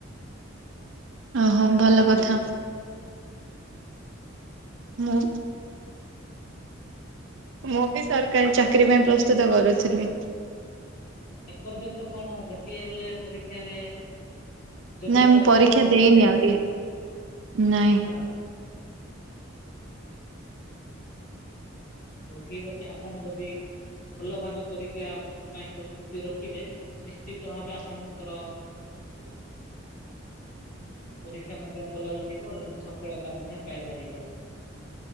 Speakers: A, on the right; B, on the left.
A: ଅ, ହଁ
B: ଆପଣ
A: ଭଲ
B: କଣ
A: କଥା।
B: କରୁଛନ୍ତି?
A: ମୁଁ। ମୁଁ ବି ସରକାରୀ ଚାକିରୀ ପାଇଁ ପ୍ରସ୍ତୁତ କରୁଥିଲି।
B: ଏପର୍ଯ୍ୟନ୍ତ କଣ, ଗୋଟିଏ ହେଲେ ପରୀକ୍ଷାରେ ଯୋଗ୍ୟତା
A: ନାଇଁ ମୁଁ
B: ଅର୍ଜନ
A: ପରୀକ୍ଷା
B: କଲେ
A: ଦେଇନି
B: କି ନାହିଁ?
A: ଆହୁରି। ନାଇଁ
B: ଆଛା। ହଉ ଠିକ୍ ଅଛି, ଆପଣ ଯଦି ଭଲ ଭାବେ ପରୀକ୍ଷା ପାଇଁ ପ୍ରସ୍ତୁତି ରଖିବେ ନିଶ୍ଚିତ ଭାବେ ଆପଣଙ୍କର
A: ହ <inaudible>
B: ପରୀକ୍ଷା ମଧ୍ୟ ଭଲ ରହିବ, ଏବଂ ସଫଳତା ମଧ୍ୟ ପାଇପାରିବେ।